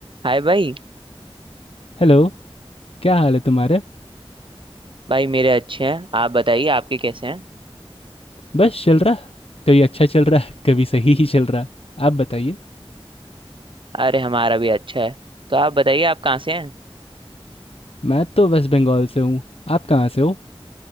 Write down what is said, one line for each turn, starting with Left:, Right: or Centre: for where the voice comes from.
Right: हाय भाई
Left: हेलो क्या हाल है तुम्हारे
Right: भाई मेरे अच्छे हैं आप बताइए आपके कैसे हैं
Left: बस चल रहा कभी अच्छा चल रहा कभी सही ही चल रहा आप बताइए
Right: अरे हमारा भी अच्छा है तो आप बताइए आप कहाँ से हैं
Left: मैं तो वेस्ट बंगाल से हूँ आप कहाँ से हो